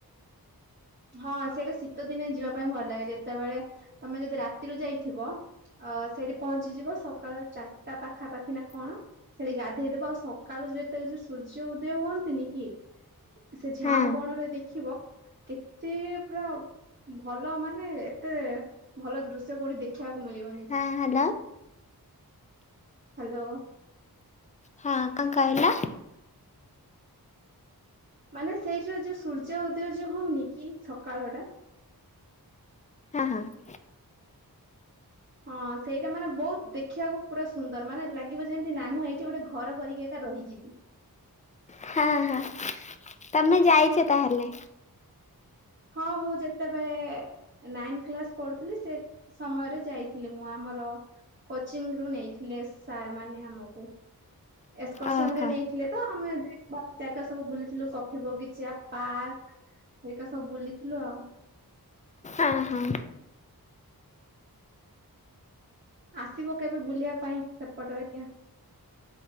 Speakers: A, on the right; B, on the left.
A: ହଁ ସେଇଟା ଶୀତ ଦିନେ ଯିବା ପାଇଁ ଭଲ ଲାଗେ ଯେତେବେଳେ ତମେ ଯଦି ରାତିରୁ ଯାଇଥିବ। ଅ ସେଇଠି ପହଞ୍ଚିଯିବ ସକାଳ ଚାରିଟା ପାଖାପାଖି ନା କଣ। ସେଠି ଗାଧେଇ ଦବ ଆଉ ସକାଳୁ ଯେତେବେଳେ ଯୋଉ ସୂର୍ଯ୍ୟ ଉଦୟ ହୁଅନ୍ତିନି କି। ସେ ଝାଉଁ
B: ହଁ
A: ବଣ ରେ ଦେଖିବ କେତେ ପୁରା ଭଲ ମାନେ ଏତେ ଭଲ ଦୃଶ୍ୟ କୋଉଠି ଦେଖିବାକୁ ମିଳିବନି।
B: ହଁ ହ୍ୟାଲୋ।
A: ହାଲୋ।
B: ହଁ କଣ କହିଲ।
A: ମାନେ ସେଇଠିର ଯୋଉ ସୂର୍ଯ୍ୟ ଉଦୟ ଯୋଉ ହଉନି କି ସକାଳ ଟା।
B: ହଁ ହଁ।
A: ହଁ ସେଇଟା ମାନେ ବହୁତ ଦେଖିବାକୁ ପୁରା ସୁନ୍ଦର ମାନେ ଲାଗିବ ଯେମିତି ନାଇଁ ମୁଁ ଏଇଠି ଗୋଟେ ଘର କରିକି ଏକା ରହିଯିବି।
B: ହଁ ହଁ ତମେ ଯାଇଛ ତାହେଲେ?
A: ହଁ ମୁଁ ଯେତେବେଳେ ନାଇନ କ୍ଲାସ ପଢୁଥିଲି ସେ ସମୟରେ ଯାଇଥିଲି ମୁଁ ଆମର କୋଚିଂ ରୁ ନେଇଥିଲି ସାର୍ ମାନେ ଆମକୁ। ଏକ୍ସକର୍ସନ
B: ଓହୋ
A: ରେ ନେଇଥିଲେ। ତ ଆମେ ଦେ ଜାଗା ସବୁ ବୁଲିଥିଲୁ କଫି ବଗିଚା ପାର୍କ। ହେରିକା ସବୁ ବୁଲିଥିଲୁ ଆଉ।
B: ଅଁ ହଁ।
A: ଆସିବ କେବେ ବୁଲିବା ପାଇଁ ସେପଟ ଏରିଆ।